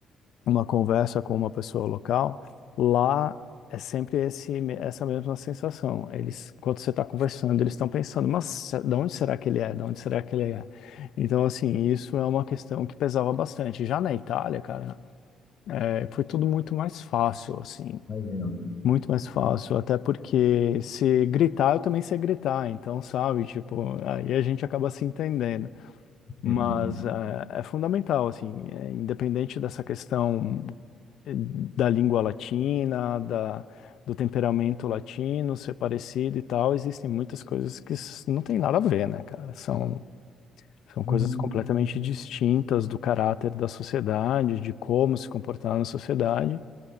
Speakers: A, on the left; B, on the left.
A: uma conversa com uma pessoa local, lá é sempre esse, essa mesma sensação. Eles, enquanto você está conversando, eles estão pensando, mas de onde será que ele é? De onde será que ele é? Então, assim, isso é uma questão que pesava bastante. Já na Itália, cara, é, foi tudo muito mais fácil, assim.
B: Imagino.
A: Muito mais fácil, até porque se gritar, eu também sei gritar, então, sabe, tipo, aí a gente acaba se entendendo. Mas
B: Uhum.
A: é, é fundamental, assim, é, independente dessa questão eh, da língua latina, da, do temperamento latino ser parecido e tal, existem muitas coisas que s- não tem nada a ver, né, cara? São, são coisas
B: Uhum.
A: completamente distintas do caráter da sociedade, de como se comportar na sociedade.